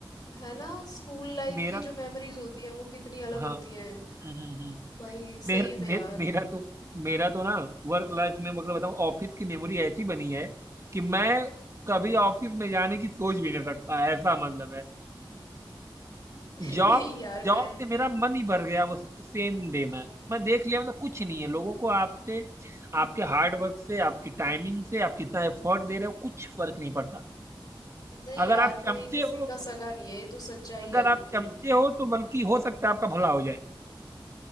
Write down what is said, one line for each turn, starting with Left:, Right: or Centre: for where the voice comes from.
Left: है ना स्कूल लाइफ
Right: मेरा
Left: की जो मेमोरीज होती हैं वो कितनी अलग
Right: हाँ
Left: होती हैं
Right: हम्म हम्म, हम्म।
Left: भाई सही
Right: मेरा
Left: में
Right: मे,
Left: यार
Right: मेरा तो मेरा तो ना वर्क लाइफ में मतलब बताऊं ऑफिस की मेमोरी ऐसी बनी है कि मैं कभी ऑफिस में जाने की सोच भी नहीं सकता ऐसा मतलब है
Left: <laughs>
Right: जॉब
Left: नहीं यार
Right: जॉब
Left: मैं
Right: से मेरा मन ही भर गया वो सेम डे में मैं देख लिया मतलब कुछ नहीं है लोगों को आपसे आपके हार्ड वर्क से आपकी टाइमिंग से आप कितना एफर्ट दे रहे हो कुछ फर्क नहीं पड़ता
Left: नहीं
Right: अगर
Left: यार
Right: आप चमचे
Left: कोई किसी
Right: हो
Left: का सगा नहीं है ये तो सच्चाई
Right: अगर
Left: है बिल्कुल
Right: आप चमचे हो तो बल्कि हो सकता है आपका भला हो जाए